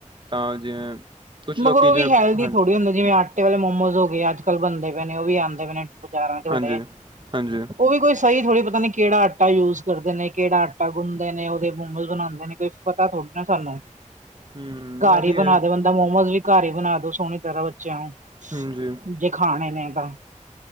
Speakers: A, on the right; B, on the right.
A: ਤਾਂ ਜਿਵੇਂ ਕੁਛ
B: ਮਗਰ
A: ਲੋਕੀ
B: ਉਹ
A: ਜਿਵੇਂ
B: ਵੀ ਹੈਲਦੀ
A: ਹਾਂਜੀ,
B: ਥੋੜ੍ਹੀ ਹੁੰਦੇ ਜਿਵੇਂ ਆਟੇ ਵਾਲੇ ਮੋਮੋਜ਼ ਹੋ ਗਏ ਅੱਜ-ਕੱਲ੍ਹ ਬਣਦੇ ਪਏ ਨੇ ਉਹ ਵੀ ਆਦੇ ਪਏ ਨੇ ਬਾਜ਼ਾਰਾਂ ਚ
A: ਹਾਂਜੀ,
B: ਹੜੇ
A: ਹਾਂਜੀ
B: ਉਹ ਵੀ ਕੋਈ ਸਹੀ ਥੋੜੀ ਪਤਾ ਨੀ ਕਿਹੜਾ ਆਟਾ ਯੂਜ ਕਰਦੇ ਨੇ ਕਿਹੜਾ ਆਟਾ ਗੁੰਦੇ ਨੇ ਉਹਦੇ ਮੋਮਜ਼ ਬਣਾਦੇ ਨੇ ਕੁਛ ਪਤਾ ਥੋੜ੍ਹੀ ਨਾ ਸਾਨੂੰ
A: ਹੂੰ,
B: ਘਰ
A: ਐਵੀ
B: ਹੀ ਬਣਾ
A: ਐ।
B: ਦੇ ਬੰਦਾ ਮੋਮੋਸ ਵੀ ਘਰ ਹੀ ਬਣਾ ਦੋ ਸੋਹਣੀ ਤਰ੍ਹਾਂ ਬੱਚਿਆਂ ਨੂੰ
A: ਹਾਂਜੀ
B: ਜੇ ਖਾਣੇ ਨੇ ਤਾਂ